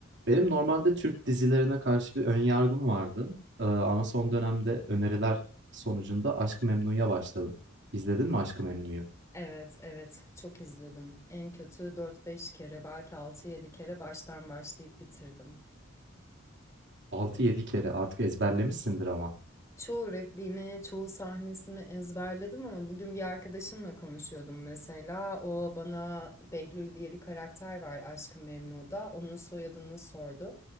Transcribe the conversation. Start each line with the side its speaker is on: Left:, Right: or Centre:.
Right: Benim normalde Türk dizilerine karşı bir ön yargım vardı. Ee, ama son dönemde öneriler sonucunda Aşk-ı Memnu'ya başladım. İzledin mi Aşk-ı Memnu'yu?
Left: Evet, evet. Çok izledim. En kötü dört beş kere, belki altı yedi kere baştan başlayıp bitirdim.
Right: 6-7 kere artık ezberlemişsindir ama.
Left: Çoğu repliğini, çoğu sahnesini ezberledim ama bugün bir arkadaşımla konuşuyordum mesela. O bana Behlül diye bir karakter var Aşk-ı Memnu'da. Onun soyadını sordu.